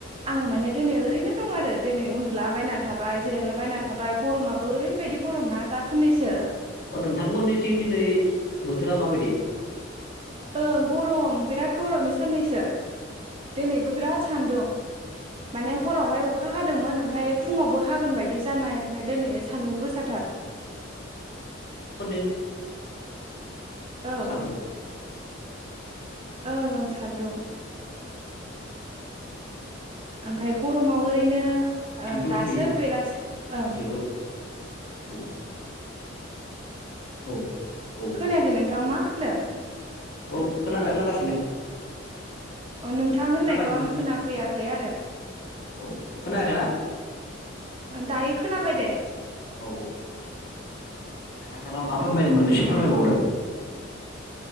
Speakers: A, on the right; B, on the left.
A: आङो माने दिनै ओरैनो दं आरो दिनै उन्दुलाबायना थाबाय थाबाय जिरायलाबायना थाबाय गरमाबो ओरैबायदि गरम ना दा साननैसो
B: अ नोंथांमोननिथिं दिनै बोथोरा माबायदि
A: ओं गरम बिराद गरम बे साननैसो दिनैबो बिराद सान्दुं माने हरावहाय अखा हादोंमोन ओमफ्राय फुङावबो हागोन बायदि जानाय ओमफ्राय दनै सान्दुं गोसाथार
B: मोनदोंो
A: औ
B: सागौ
A: ओं आं सान्दुं ओमफफ्राय गरमाव ओरैनो
B: जोंनिथिंथ'
A: दासो
B: दिनै
A: बेलासि ओं
B: जोबोद औ औ औ
A: खोनायाखै नोंथां मा होनदों
B: औ खनाना गसिनो
A: अ नोंथां होननायखौ
B: खोनागासिनो
A: आं खोनाफैयाखै आरो
B: औ खोनायाखैनाा
A: दायो खोनाबाय दे
B: औ औ द नोंथाङा मा फोरमायनो मोननसो
A: ओं
B: फोरमायबावदो